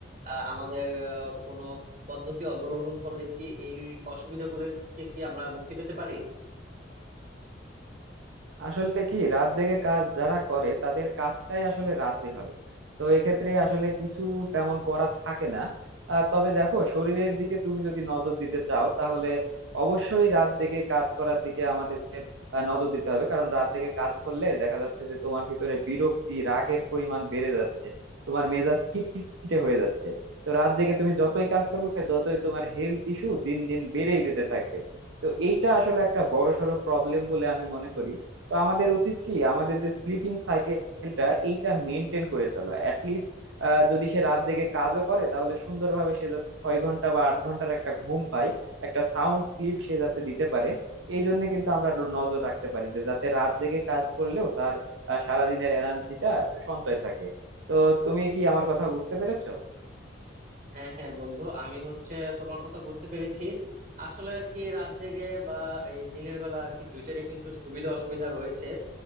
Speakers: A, on the right; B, on the right.
A: আহ, আমাদের আহ, কোনো পদ্ধতি অবলম্বন করলে কি এই অসুবিধাগুলো থেকে কি আমরা মুক্তি পেতে পারি
B: আসলে কি রাত জেগে কাজ যারা করে তাদের কাজটাই আসলে রাতে হয় তো এক্ষেত্রে আসলে কিছু তেমন করার থাকে না আহ, তবে দেখো শরীরের দিকে তুমি যদি নজর দিতে চাও তাহলে অবশ্যই রাত জেগে কাজ করার দিকে আমাদের আহ, নজর দিতে হবে কারণ রাত জেগে কাজ করলে দেখা যাচ্ছে যে তোমার ভিতরে বিরক্তি রাগের পরিমাণ বেড়ে যাচ্ছে তোমার মেজাজ খিটখিটে হয়ে যাচ্ছে তো রাত জেগে তুমি যতই কাজ করবে ততই তোমার হেলথ ইস্যু দিন দিন বেড়েই যেতে থাকবে তো এইটা আসলে একটা বড়সড় প্রবলেম বলে আমি মনে করি তো আমাদের উচিত কি আমাদের যে স্লিপিং সাইকেলটা এইটা মেনটেন করে চলা অ্যাটলিস্ট যদি সে রাত জেগে কাজও করে তাহলে সুন্দরভাবে সে যাতে ছয় ঘন্টা বা আট ঘন্টার একটা ঘুম পায় একটা সাউন্ড স্লিপ সে যাতে দিতে পারে এই জন্য কিন্তু আমরা ল- নজর রাখতে পারি যে যাতে রাত জেগে কাজ করলেও তার আহ, সারাদিনের এনার্জিটা সঞ্চয় থাকে তো তুমি কি আমার কথা বুঝতে পেরেছো
A: হ্যাঁ হ্যাঁ বন্ধু আমি হচ্ছে তোমার কথা বুঝতে পেরেছি আসলে আর কি রাত জেগে বা এই দিনের বেলা আর কি দুইটারই কিন্তু সুবিধা অসুবিধা রয়েছে